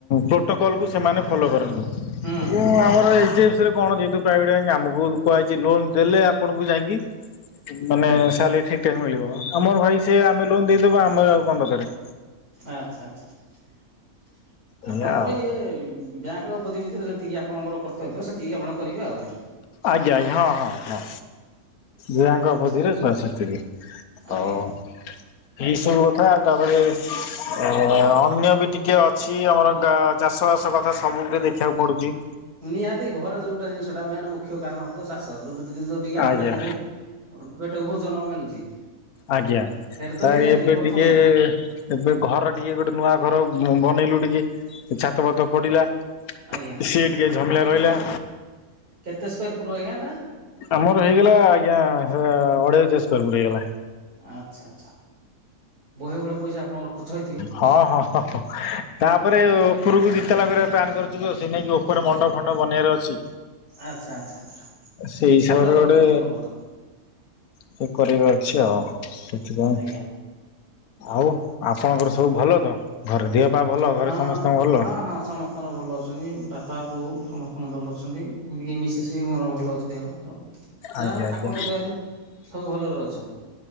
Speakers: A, on the left; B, on the right.
A: ପ୍ରୋଟୋକଲ କୁ ସେମାନେ ଫଲୋ କରନ୍ତି।
B: ହୁଁ
A: ଏବଂ
B: ହୁଁ
A: ଆମର ଏସ୍ ଡି ଏଫ୍ ସି ରେ କଣ? ଯେହେତୁ ପ୍ରାଇଭେଟ୍ ଆମକୁ କୁହାଯାଇଛି ଯିଏ ଲୋନ ଦେଲେ, ଆପଣଙ୍କୁ ଯାଇକି ମାନେ
B: ଆଜ୍ଞା
A: ସାଲାରୀ ଠିକ୍ ଟାଇମ୍ ରେ ମିଳିବ। ସମର ଭାଇ ସେ ଆମେ ଲୋନ ଦେଇଦବୁ ଆମର ଆଉ କଣ ଦରକାର।
B: ଆଛା ଆଛା। ଆପଣଙ୍କର
A: ଏଇଆ ଆଉ
B: ଇଏ ବ୍ୟାଙ୍କ୍ ବୋଧେ ବି ଏଥିରେ ଯେତିକି ଆପଣଙ୍କର କର୍ତ୍ତବ୍ୟ, ସେତିକି ଆପଣ କରିବେ ଆଉ।
A: ଆଜ୍ଞା ଆଜ୍ଞା। ହଁ ହଁ ହଁ। ଛୁଆଙ୍କ
B: ଆଚ୍ଛା
A: ବୁଧିରେ ଛୁଆ ସେତିକି
B: ଆଜ୍ଞା।
A: ହଉ। ଏଇ ସବୁ କଥା ତାପରେ ଅ-ଅନ୍ୟ ବି ଟିକେ ଅଛି। ଆମର ଗା ଚାଷବାସ କଥା ସବୁ ଗୁଡା ଦେଖିବାକୁ ପଡୁଛି।
B: ନିହାତି ଘରେ ଯୋଉଟା ଜିନିଷଟା ମେନ ମୁଖ୍ୟ କାରଣ ହଉ ଥିବ ଚାଷ। ଯଦ କିି ଆମ
A: ଆଜ୍ଞା
B: ପେଟକୁ, ପେଟକୁ ଭୋଜନ ମିଳୁଛି।
A: ଆଜ୍ଞା।
B: ସେଇଟା ତ
A: ସାର୍
B: ନିହାତି
A: ଏବେ
B: ପ୍ରଥମ
A: ଟିକେ,
B: ସେଇଟା
A: ଏବେ ଘର ଟିକେ ଗୋଟେ ନୂଆ ଘର ବନେଇଲୁ ଟିକେ କେ, ଛାତ, ପାତ ପଡିଲା।
B: ଆଜ୍ଞା।
A: ସିଏ ଟିକେ ଝାମଲା ରହିଲା।
B: କେତେ ସ୍କୋୟାର ଫୁଟ ଆଜ୍ଞା ଏଟା
A: ଆମର ହେଇଗଲା ଆଜ୍ଞା, ଅଢେଇସହ ସ୍କୋୟାର ଫୁଟ୍ ହେଇଗଲା।
B: ଆଚ୍ଛା ଆଚ୍ଛା। ବହେ ଗୁଡେ ପଇସା ଆପଣଙ୍କର ଖର୍ଚ୍ଚ ହେଇଥିବ
A: ହଁ ହଁ। ତାପରେ ଉପରକୁ ଦି ତାଲା କରିବା ପାଇଁ, ପ୍ଲାନ କରୁଛୁ ତ ସେ ନେଇକି ଉପରେ ମଣ୍ଡପ, ଫଣ୍ଡପ ବନିବାର ଅଛି।
B: ଆଚ୍ଛା ଆଚ୍ଛା ଆଚ୍ଛା
A: ସେଇ ହିସାବରେ
B: ଭଲ ଭଲ ଭଲ ଭଲ
A: ସେ କରିବାର ଅଛି ଆଉ, ସେଥିପାଇଁ।
B: ଆଜ୍ଞା।
A: ଆଉ ଆପଣଙ୍କର ସବୁ ଭଲ ତ? ଘରେ ଦେହ ପା ଭଲ ଘରେ
B: ହଁ
A: ସମସ୍ତଙ୍କ ଭଲ
B: ହଁ ହଁ ସମସ୍ତଙ୍କର ଭଲ ଅଛନ୍ତି ବାପା ବୋଉ ସମସ୍ତଙ୍କ ଭଲ ଅଛନ୍ତି ଏମିତି ମିସେସ୍ ବି ମୋର ଭଲ ଅଛି ଦେହ ସବୁ ଯାହା
A: ଆଜ୍ଞା
B: ହଉ
A: ଆଜ୍ଞା।
B: ଠାକୁରଙ୍କ ଦେହରୁ ସବୁ ଭଲରେ ଅଛୁ